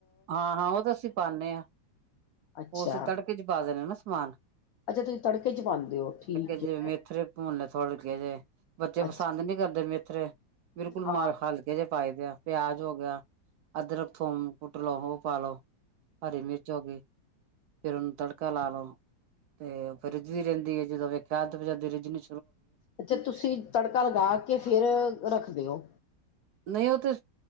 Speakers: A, on the right (about 70°); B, on the left (about 80°).
A: ਹਾਂ ਹਾਂ ਉਹ ਤਾਂ ਅਸੀਂ ਪਾਨੇ ਹਾਂ
B: ਅੱਛਾ
A: ।ਉਹ ਅਸੀ ਤੜਕੇ ਚ ਪਾ ਦੇਣੇ ਆ ਨਾ। ਮਾਲ
B: ਅੱਛਾ ਤੁਸੀਂ ਤੜਕੇ ਚ ਪਾਉਂਦੇ ਹੋ ਠੀਕ
A: ਜਿਵੇਂ ਮੇਥਰੇ
B: ਹੈ।
A: ਭੁੰਨ ਤੜਕੇ ਜੇ। ਬੱਚੇ ਪਸੰਦ
B: ਅੱਛਾ
A: ਨੀ ਕਰਦੇ ਮੇਥਰੇ ਬਿਲਕੁਲ
B: ਹਾਂ
A: ਮਲ ਹਲਕੇ ਜਿਹੇ ਪਾਏਦੇ ਆ। ਪਿਆਜ ਹੋ ਗਿਆ। ਅਦਰਕ ਫੋਮ। ਕੁਟ ਲੋੋ ਹੋ ਪਾਲੋ। ਹਰੀ ਮਿਰਚ ਹੋ ਗਈ। ਫਿਰ ਓਨੂੰ ਤੜਕਾ ਲਾ ਲਓ। ਤੇ ਫੇਰ ਰਿੱਜਦੀ ਰਹਿੰਦੀ ਹੈ ਜਦੋਂ ਵੇਖ <unintelligible> ਜਦ ਰਿਜਣੀ,
B: ਅੱਛਾ ਤੁਸੀਂ ਤੜਕਾ ਲਗਾ ਕੇ ਫੇਰ ਰੱਖਦੇ ਔ?
A: ਨਹੀਂ ਉਹ ਤੇ